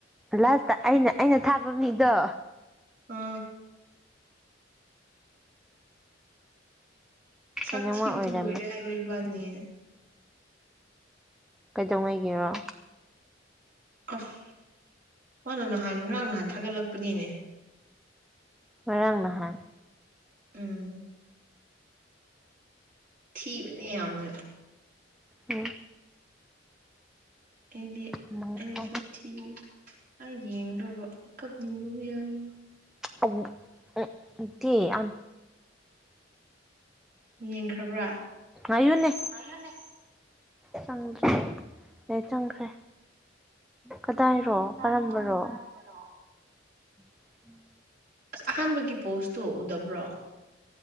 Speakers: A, in the centre; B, on the right.
A: ꯂꯥꯁꯇ ꯑꯩꯅ ꯑꯩꯅ ꯊꯥꯕ ꯃꯤꯗꯣ
B: ꯍ ꯁꯥꯛ
A: ꯀꯩꯅꯣꯝꯃ
B: ꯊꯤꯕꯗꯤ
A: ꯑꯣꯏꯔꯝꯃꯦ
B: ꯂꯣꯏꯔꯦ ꯍꯥꯏꯕ ꯏꯕꯥꯅꯤ
A: ꯀꯩꯗꯧꯉꯩꯒꯦꯔꯣ
B: ꯑꯁ ꯃꯥꯅ ꯅꯍꯥꯟ ꯉꯔꯥꯡ ꯅꯍꯥꯟ ꯊꯥꯒꯠꯂꯛꯄꯅꯤꯅꯦ
A: ꯃꯥꯡ ꯅꯍꯥꯟ
B: ꯎꯝ ꯊꯕꯅꯦ ꯌꯥꯝꯅ
A: ꯎꯝ
B: ꯑꯦꯗꯤ
A: ꯎꯝ
B: ꯑꯩꯁꯨ ꯊ ꯑ ꯌꯦꯡ꯭ꯔ ꯀꯕꯕ ꯌꯥꯔ
A: ꯑꯣ ꯎꯝ ꯊ ꯑ
B: ꯌꯦꯡꯈ꯭ꯔꯕ꯭ꯔꯥ
A: ꯑꯌꯨꯅꯦ
B: ꯑꯌꯨꯅꯦ
A: ꯁꯥꯡ ꯅ ꯆꯪꯈ꯭ꯔꯦ ꯀꯗꯥꯏꯔꯣ ꯀꯔꯝꯕꯔꯣ
B: ꯍꯥꯏꯔꯣ ꯀꯔꯝꯕꯅꯣ
A: ꯎꯝ
B: ꯑꯁ ꯑꯍꯥꯟꯕꯒꯤ ꯄꯣꯁꯇꯣ ꯎꯗꯕ꯭ꯔꯣ